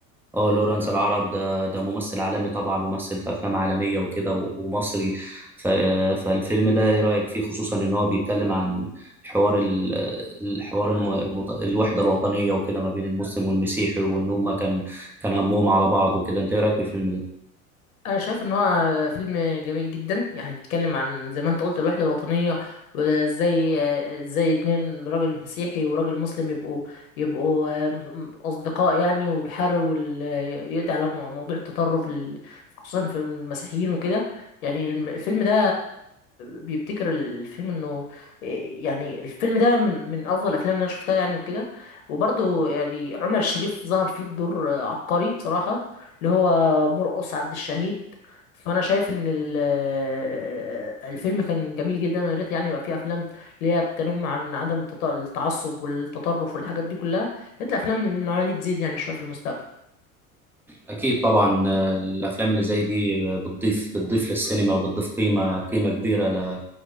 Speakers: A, in the centre; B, on the left (about 70°).
A: اه لورانس العرب ده ده ممثل عالمي طبعا ممثل في افلام عالميه وكده و- ومصري ف- فالفيلم ده ايه رايك فيه خصوصا ان هو بيتكلم عن حوار ال- الحوار الم- المت... الوحده الوطنيه وكده ما بين المسلم والمسيحي وان هم كان كان همهم على بعض وكده انت ايه رايك في الفيلم ده
B: أنا شايف إن هو فيلم جميل جدا يعني بيتكلم عن زي ما أنت قلت الوحدة الوطنية وإزاي إزاي اتنين راجل مسيحي وراجل مسلم يبقوا يبقوا آه، أصدقاء يعني وبيحاولوا ال- يقضي على مو- موضوع التطرف ال- خصوصا في المسيحيين وكده يعني الم- الفيلم ده بيبتكر الفيلم إنه آه، يعني الفيلم ده من من أفضل الأفلام اللي أنا شفتها يعني وكده وبرضه يعني عمر الشريف ظهر فيه بدور آه، عبقري بصراحة اللي هو مرقص عبد الشهيد فانا شايف ان ال- آه، الفيلم كان جميل جدا ويا ريت يعني يبقى فيه افلام اللي هي بتنم عن عدم التط- التعصب والتطرف والحاجات دي كلها يا ريت الافلام من النوعيه دي تزيد يعني شويه في المستقبل
A: اكيد طبعا آه، الافلام اللي زي دي بتضيف بتضيف للسينما وبتضيف قيمه قيمه كبيره